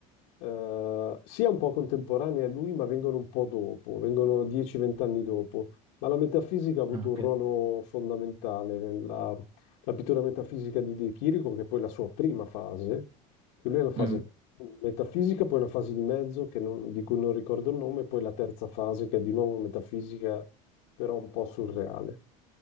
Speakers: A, on the left; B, on the right.
A: eh, sia un po' contemporanei a lui, ma vengono un po' dopo, vengono 10-20 anni dopo. Ma la metafisica ha avuto
B: Ah,
A: un
B: ok.
A: ruolo fondamentale nella la pittura metafisica di De Chirico, che è poi la sua prima fase, che lui è una fase
B: Mm,
A: metafisica, poi una fase di mezzo che non- di cui non ricordo il nome, poi la terza fase che è di nuovo metafisica, però un po' surreale.